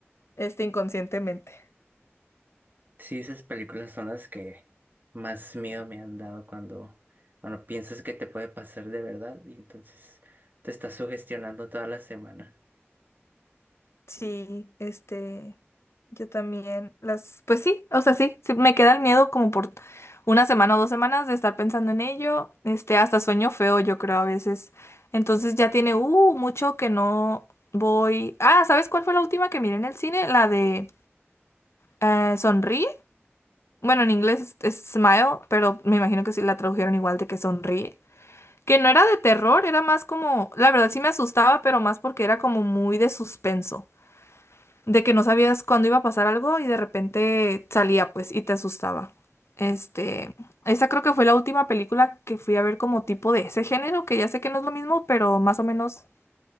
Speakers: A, on the left; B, on the right.
A: este, inconscientemente.
B: Sí, esas películas son las que más miedo me han dado cuando, cuando piensas que te puede pasar de verdad y entonces te estás sugestionando toda la semana.
A: Sí, este, yo también las, pues sí, o sea, sí, sí, me queda el miedo como por una semana o dos semanas de estar pensando en ello, este, hasta sueño feo, yo creo a veces. Entonces ya tiene, uh, mucho que no voy. Ah, ¿sabes cuál fue la última que miré en el cine? La de eh, Sonríe. Bueno, en inglés es, es Smile, pero me imagino que sí la tradujeron igual de que Sonríe. Que no era de terror, era más como, la verdad sí me asustaba, pero más porque era como muy de suspenso de que no sabías cuándo iba a pasar algo y de repente salía, pues, y te asustaba. Este, esa creo que fue la última película que fui a ver como tipo de ese género, que ya sé que no es lo mismo, pero más o menos